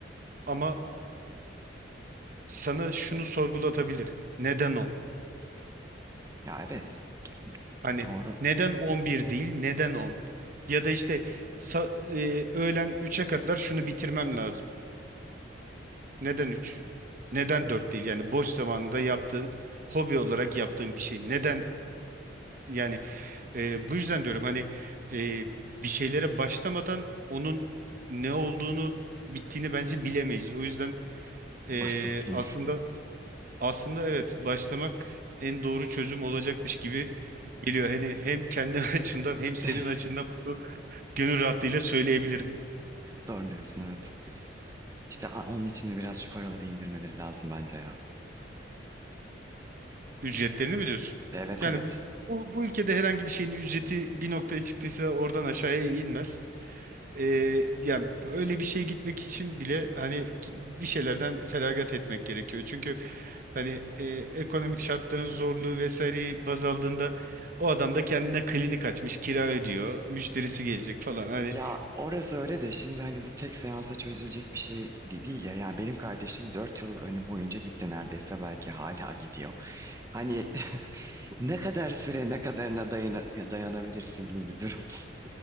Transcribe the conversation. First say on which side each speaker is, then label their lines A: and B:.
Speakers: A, on the right; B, on the right.
A: ama sana şunu sorgulatabilir. Neden 10?
B: Ya evet,
A: Hani
B: doğru.
A: neden 11 değil, neden 10? Ya da işte sa- e, öğlen üç'e kadar şunu bitirmem lazım. Neden 3? Neden 4 değil? Yani boş zamanında yaptığın, hobi olarak yaptığın bir şey. Neden yani Ee, bu yüzden diyorum hani e, bir şeylere başlamadan onun ne olduğunu bittiğini bence bilemeyiz. O yüzden
B: <laughs>
A: e,
B: Başlamak en
A: aslında
B: iyisi diye.
A: aslında evet başlamak en doğru çözüm olacakmış gibi geliyor. Hani hem kendi <laughs> açımdan hem
B: <laughs>
A: senin açından bunu gönül rahatlığıyla söyleyebilirim.
B: Doğru diyorsun evet. İşte a- onun için de biraz şu paraları indirmeleri lazım bence ya.
A: Ücretlerini mi diyorsun?
B: Evet
A: Yani
B: evet.
A: bu, bu ülkede herhangi bir şeyin ücreti bir noktaya çıktıysa oradan aşağıya inmez. Ee, yani öyle bir şeye gitmek için bile hani ki- bir şeylerden feragat etmek gerekiyor. Çünkü hani e, ekonomik şartların zorluğu vesaireyi baz aldığında o adam da kendine klinik açmış, kira ödüyor, müşterisi gelecek falan. Hani
B: Ya orası öyle de şimdi hani bu tek seansa çözülecek bir şey de- değil ya. Yani benim kardeşim 4 yıl hani boyunca gitti neredeyse belki hala gidiyor. Hani <laughs> ne kadar süre ne kadarına dayana, dayanabilirsin gibi bir durum. <laughs>